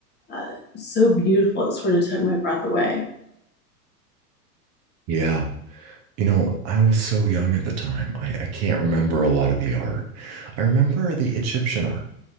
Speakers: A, on the left; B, on the right.
A: uh, so beautiful. It sort of took my breath away.
B: Yeah. You know, I was so young at the time. I, I can't remember a lot of the art. I remember the Egyptian art